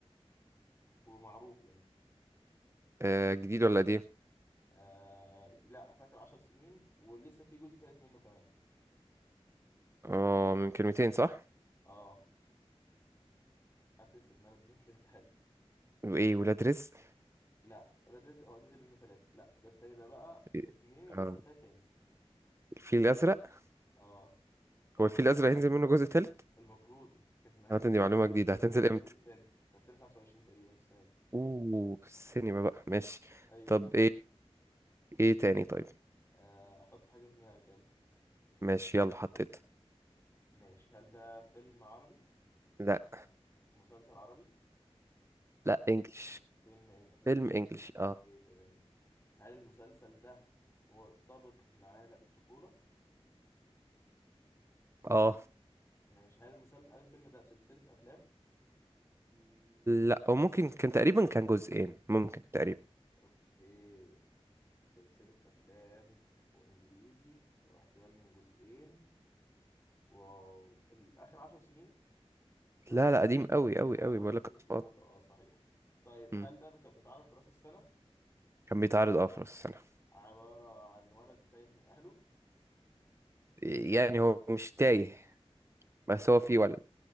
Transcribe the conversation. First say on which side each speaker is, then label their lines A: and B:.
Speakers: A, on the left (about 25°); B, on the right (about 25°).
A: ومعروف يعني
B: آه جديد ولا قديم
A: آه لا في اخر عشر سنين ولسه في جزء تالت منه كمان
B: اه من كلمتين صح
A: اه حاسس ان انا اديتك انت حلو
B: وإيه ولاد رزق
A: لا ولاد رزق اه نزل منه تلاتة لا ده التاني ده بقى
B: إيه؟
A: اتنين ولسه
B: آه.
A: التالت هينزل
B: الفيل الأزرق
A: اه صح
B: هو الفيل الأزرق هينزل منه جزء تالت
A: المفروض كانت نهاية
B: هات
A: الجزء
B: دي معلومة
A: التاني
B: جديدة
A: ان
B: هتنزل
A: هو في
B: إمتى
A: الجزء التالت في 2025 تقريبا السنة دي
B: أوه السينما بقى ماشي
A: ايوه
B: طب إيه إيه تاني طيب
A: <laughs> آه، حط حاجة في دماغك يلا
B: ماشي يلا حطيت
A: ماشي هل ده فيلم عربي
B: لا
A: مسلسل عربي
B: لا إنجلش
A: فيلم إن... فيلم
B: فيلم
A: أجنبي
B: إنجلش
A: أوكي
B: اه
A: تمام هل المسلسل ده مرتبط معانا بالطفولة ولا
B: اه
A: ماشي هل المسلسل هل الفيلم ده سلسلة أفلام
B: لا وممكن كان تقريبا كان جزئين ممكن تقريبا
A: أوكي سلسلة أفلام وإنجليزي واحتمال من جزئين واو الآخر عشر سنين لا
B: لا لا قديم قوي قوي
A: اه
B: قوي
A: أنا
B: بقول
A: قلت
B: لك اطفال
A: بالطفولة اه صحيح طيب
B: مم.
A: هل ده كان بيتعرض في رأس السنة
B: كان بيتعرض اه في راس السنة
A: عبارة عن ولد تايه من أهله
B: يعني هو مش تايه بس هو فيه ولد